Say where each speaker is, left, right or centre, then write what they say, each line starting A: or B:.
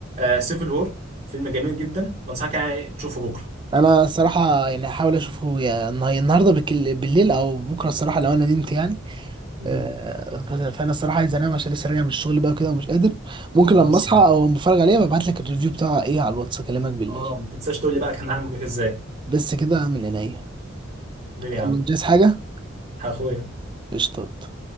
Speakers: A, on the right (about 45°); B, on the right (about 25°).
A: سيفل وور فيلم جميل جدا بنصحك يعني تشوفه بكره
B: انا الصراحه يعني هحاول اشوفه يا النهار- النهارده بكل- بالليل او بكره الصراحه لو انا نمت يعني
A: امم
B: آه، ف- فانا الصراحه عايز انام عشان لسه راجع من الشغل بقى كده ومش قادر ممكن
A: خلاص
B: لما اصحى
A: يعني
B: او لما اتفرج عليها ببعت لك الريفيو بتاعها ايه على الواتس اكلمك بالليل
A: اه ما تنساش تقول لي بقى كان عامل معاك ازاي
B: بس كده من عينيا
A: حبيبي يا
B: يلا
A: عم
B: مش عايز حاجه
A: اخويا
B: قشطات